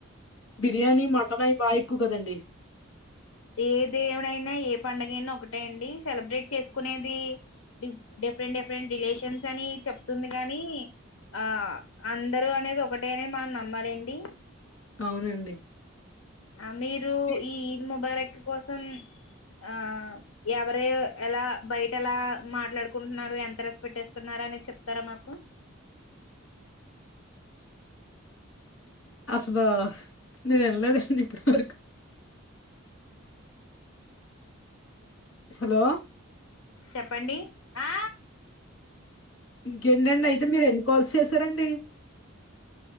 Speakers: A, on the left; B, on the left.
A: బిర్యానీ మటన్ అవి బా ఎక్కువ కదండి.
B: ఏ దేవుడైనా ఏ పండుగ అయినా ఒకటే అండి. సెలబ్రేట్ చేసుకునేది డిఫె డిఫరెంట్ రిలేషన్స్ అని చెప్తుంది గానీ డిఫరెంట్ ఆ అందరూ అనేది ఒకటే అనే మనమ్మాలండి.
A: అవునండి.
B: ఆ మీరు
A: ఎ
B: ఈ ఈద్ ముబారక్ కోసం. ఆ ఎవర ఎలా బయట ఎలా మాట్లాడుకుంటున్నారు ఎంత రెస్పెక్ట్ ఇస్తున్నారు అనే చెప్తారా మాకు?
A: <inaudible> అసలు నేను వినలేదండి ఇప్పటి వరకు. హలో!.
B: చెప్పండి ఆ
A: ఇంకేంటండి, అయితే మీరు ఎన్ని కాల్స్ చేసారండి.